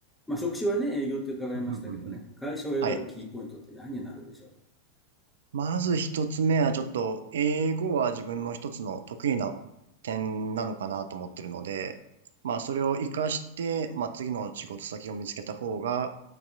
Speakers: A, in the centre; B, on the right.
A: まあ、職種はね、営業って伺いましたけどね、
B: うんうんうんうん
A: 会社を選ぶキーポイントって何になるでしょう
B: はい。まず一つ目はちょっと、英語は自分の一つの得意な点なのかなと思ってるので、まあそれを活かして、まあ次の仕事先を見つけた方が、